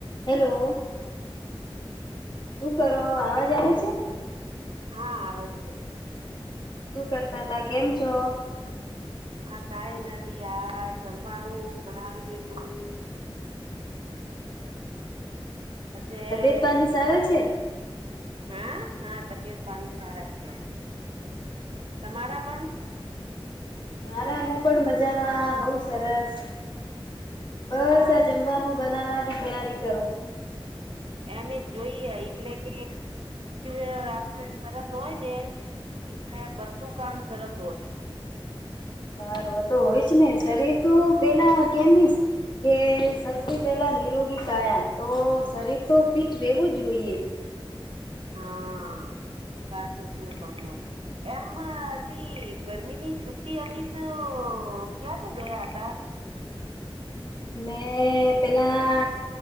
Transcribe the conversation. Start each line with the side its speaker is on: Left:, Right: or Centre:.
Left: Hello હું કરો આવાજ આવે છે?
Right: હા આવે છે.
Left: શું કરતા તા કેમ છો?
Right: આ કાઈ નથી આ જમવાનું બનાવી લીધું પછી
Left: તબિયત પાણી સારા છે
Right: હા હા તબિયત પાણી સારા છે એમ. તમારા પણ?
Left: મારા હું પણ મજામાં બઉ સરસ. બસ
Right: હા
Left: આ જમવાનું બનાવવાની તૈયારી કરો.
Right: એમે જોઈએ એટલે કે, એ આપડ સરસ હોય ને એટલે બધું કામ સરસ હોય.
Left: સારું તો હોય જ ને શરીર તું પેલા કેમીશ. કે સૌથી પહેલા નિરોગી કાયા તો શરીર તો ફિટ રહેવું જોઈએ.
Right: હા સાચૂ ક્યો તમને એમ હતી ગરમીની છુ્ટી હતી તો ક્યાંથી ગયા હતા?
Left: મેં પેલા